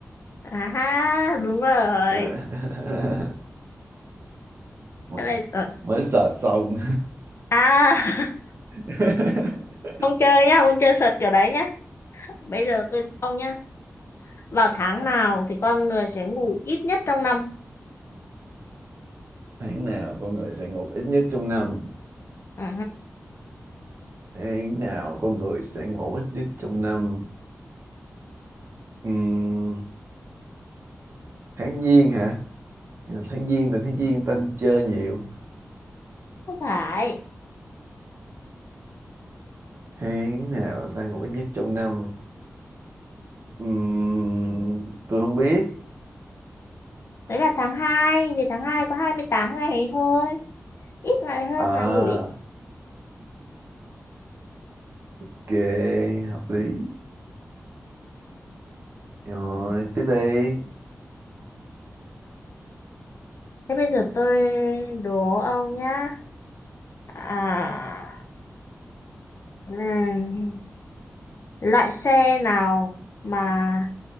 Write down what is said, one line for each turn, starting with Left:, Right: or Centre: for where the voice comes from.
Left: À ha đúng rồi
Right: Ờ, <laughs> mới
Left: Thế Bây giờ
Right: mới search xong
Left: À
Right: <laughs>
Left: <laughs> ông chơi nhá ông chơi sượt kiểu đấy nhá Bây giờ tôi đố ông nhá Vào tháng nào thì con người sẽ ngủ ít nhất trong năm?
Right: tháng nào con người sẽ ngủ ít nhất trong năm
Left: Ừ,
Right: tháng nào con người sẽ ngủ ít nhất trong năm Ừm, tháng giêng hả tháng giêng tại tháng giêng người ta đi chơi nhiều
Left: không phải.
Right: Tháng nào ta ngủ ít nhất trong năm? Ừm, tôi không biết.
Left: Đấy là tháng 2 vì tháng 2 có 28 ngày thôi. Ít ngày hơn
Right: À,
Left: là ngủ ít.
Right: ok, hợp lý. Rồi,
Left: Ừ.
Right: tiếp đi.
Left: Thế bây giờ tôi đố ông nhá. À, ừm, loại xe nào mà